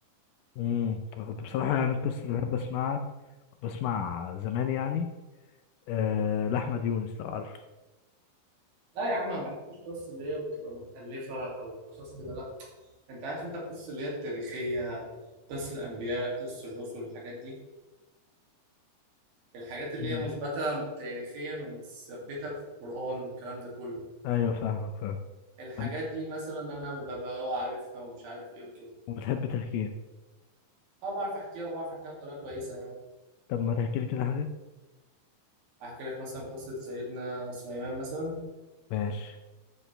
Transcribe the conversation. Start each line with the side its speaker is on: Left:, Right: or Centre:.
Left: امم انا كنت بصراحه يعني القصص اللي بحب اسمعها كنت بسمع زمان يعني أه لاحمد يونس لو عارف
Right: لا يا عم ما بحكيش قصص اللي هي بتبقى متالفه او قصص كده لا انت عارف انت القصص اللي هي التاريخيه قصص الانبياء قصص الرسل الحاجات دي الحاجات اللي
Left: مم.
Right: هي مثبته تاريخيا ومتثبته في القران والكلام ده كله
Left: ايوه فاهمك فاهم
Right: الحاجات
Left: طب-
Right: دي مثلا انا ببقى اه عارفها ومش عارف ايه وكده
Left: وبتحب تحكيها
Right: اه بعرف احكيها وبعرف احكيها بطريقه كويسه يعني
Left: طب ما تحكي لي كده حاجه
Right: احكي لك مثلا قصه سيدنا سليمان مثلا
Left: ماشي